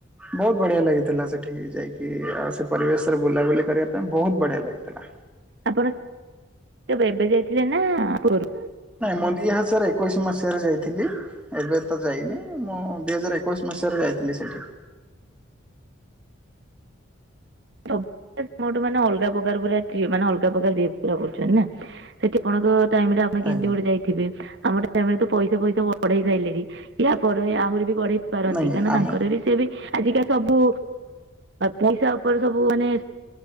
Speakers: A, in the centre; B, on the right.
A: ବହୁତ ବଢ଼ିଆ ଲାଗିଥିଲା ସେଠି ଯାଇକି ଆଉ ସେ ପରିବେଶରେ ବୁଲାବୁଲି କରିବା ପାଇଁ ବହୁତ ବଢ଼ିଆ ଲାଗିଥିଲା।
B: ଆପଣ, ତେବେ ଏବେ ଯାଇଥିଲେ ନା ଆ ପୂର୍ବରୁ?
A: ନାଇଁ ମନ୍ଦୀହାସରେ ଏକୋଇଶି ମସିହାରେ ଯାଇଥିଲି। ଏବେ ତ ଯାଇନି, ମୁଁ ଦି ହଜାର ଏକୋଇଶି ମସିହାରେ ଯାଇଥିଲି ସେଠି।
B: ତବ୍ ମୋଠୁ ମାନେ ଅଲଗା ପ୍ରକାର ପୁରା କ୍ରିଏ ମାନେ ଅଲଗା ପ୍ରକାର ରେପ୍ ପୁରା କରୁଛନ୍ତି ନା? ସେଠିପଣଙ୍କ ଟାଇମ ରେ ଆପଣ
A: ଆଜ୍ଞା
B: କେମିତି ଗୋଟେ ଯାଇ ଥିବେ ଆମ ତ ପଇସା ଫଇସା ବଢେଇ ସାଇଲେଣି ୟା ପରେ ଆହୁରି ବି ବଢ଼େଇ ପାରନ୍ତି
A: ନାଇଁ
B: କାହିଁକନା
A: ଆମେ
B: ତାଙ୍କର ବି ସେ ବି ଆଜିକା ସବୁ ପଇସା ଉପରେ ସବୁ ମାନେ